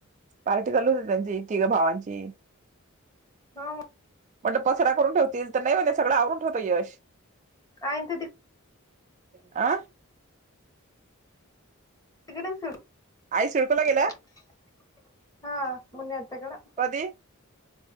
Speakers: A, on the right; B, on the left.
A: पार्टी कलू होती त्यांची तिघ भावांची.
B: हा
A: म्हणल पसरा करून ठेवतील, तर नाइ म्हणे सगळं आवरून ठेवत यश.
B: आई ते
A: आ
B: तिकडं सु
A: आई सिडकोला गेल्या
B: <unintelligible> हा, मुन्नी आत्या कड
A: कधी